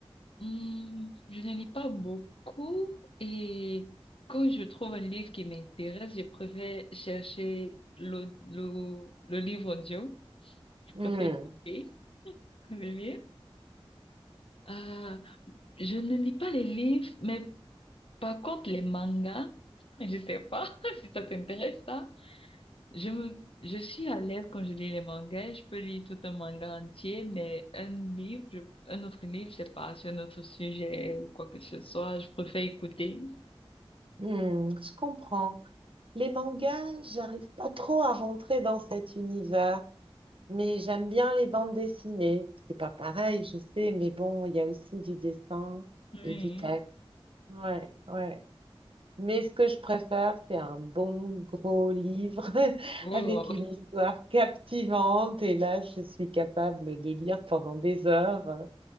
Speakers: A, on the left; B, on the right.
A: Hmm, je ne lis pas beaucoup et quand je trouve un livre qui m'intéresse, je préfère chercher le, le, le livre audio. Je
B: Hmm,
A: préfère écouter que de lire. Euh, je ne lis pas les livres, mais par contre les mangas, <laughs> je sais pas <laughs> si ça t'intéresse ça. Je me, je suis à l'aise quand je lis les mangas. Je peux lire tout un manga entier, mais un livre, je- un autre livre, c'est pas sur un autre sujet ou quoi que ce soit. Je préfère écouter.
B: hmm, je comprends. Les mangas, j'arrive pas trop à rentrer dans cet univers, mais j'aime bien les bandes dessinées. C'est pas pareil, je sais, mais bon, il y a aussi du dessin
A: Oui.
B: et du texte. Ouais, ouais. Mais ce que je préfère, c'est un bon gros livre <laughs>
A: Oh
B: avec une histoire captivante. Et là, je suis capable de lire pendant des heures euh,